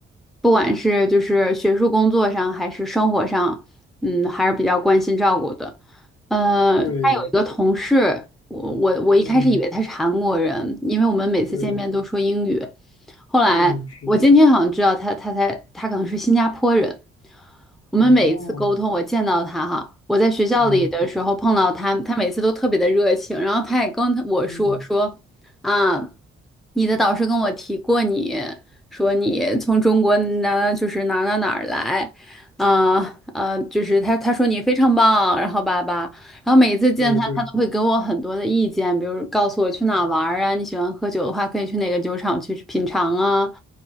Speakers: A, in the centre; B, on the left (about 50°).
A: 不管是就是学术工作上，还是生活上，嗯，还是比较关心照顾的。呃，
B: 对，
A: 他有一个同事，我我我一开始以为他是韩国人，
B: 嗯
A: 因为我们每次见面都说英语。
B: 对，
A: 后来我今天好像知道他，
B: 嗯是。
A: 他才他可能是新加坡人。我们每一次沟通，
B: 哦，
A: 我见到他哈，我在学校里的时候碰到他，
B: 嗯
A: 他每次都特别的热情，然后他也跟我说说啊，
B: 嗯，
A: 你的导师跟我提过你，说你从中国哪就是哪哪哪儿来，啊呃，就是他他说你非常棒，然后吧吧，然后每一次见他，
B: 对对，
A: 他都会给我很多的意见，比如告诉我去哪玩儿啊，你喜欢喝酒的话，可以去哪个酒厂去品尝啊。